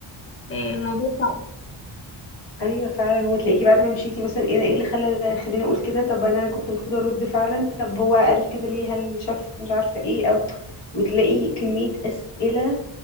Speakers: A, on the left; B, on the left.
A: إيه، الموضوع صعب
B: ايوه فعلا وتلاقيكي بعد ما مشيتي مثلا ايه إيه اللي خلى خليني اقول كده طب انا كنت المفروض ارد فعلا طب هو قال كده ليه هل شاف مش عارفه ايه او وتلاقي كميه اسئله